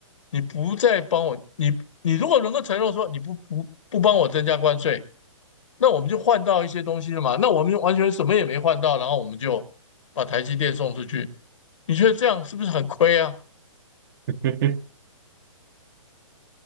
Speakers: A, on the left (about 65°); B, on the right (about 40°).
A: 你不再帮我，你你如果能够承诺说你不不不帮我增加关税，那我们就换到一些东西了嘛。那我们就完全什么也没换到，然后我们就把台积电送出去，你觉得这样是不是很亏啊？
B: <laughs> 嘿嘿，